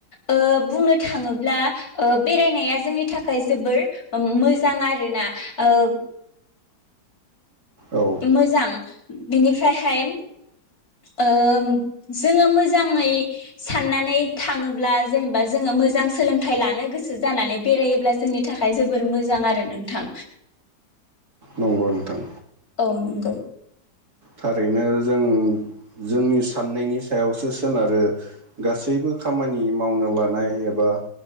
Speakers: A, on the left (about 50°); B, on the right (about 55°).
A: ओह बुंनो थाङोब्ला ओह बेरायनाया जोंनि थाखाय जोबोर ओम मोजां आरो ना ओह।
B: औ
A: मोजां । बिनिफ्रायहाय ओह जोंङो मोजाङै साननानै थाङोब्ला जेनेबा जोंङो मोजां सोलोंथाइ लानो गोसो जानानै बेरायोब्ला जोंनि थाखाय जोबोर मोजां आरो नोंथां।
B: नंगौ नोंथां।
A: ओउ नंगौ।
B: थारैनो जों जोंनि साननायनि सायावसो सोनारो गासैबो खामानि मावनो लानाय एबा